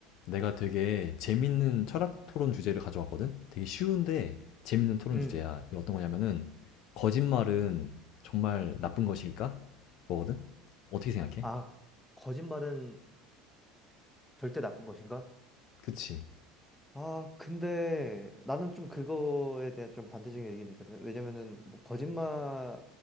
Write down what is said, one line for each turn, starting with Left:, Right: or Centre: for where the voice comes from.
Left: 내가 되게 재밌는 철학 토론 주제를 가져왔거든? 되게 쉬운데 재밌는 토론
Centre: 음.
Left: 주제야. 이게 어떤 거냐면은, 거짓말은 정말 나쁜 것일까? 거거든? 어떻게 생각해?
Centre: 아, 거짓말은 절대 나쁜 것인가?
Left: 그치.
Centre: 아, 근데 나는 좀 그거에 대한 좀 반대적인 의견이 있거든. 왜냐면은 뭐 거짓말이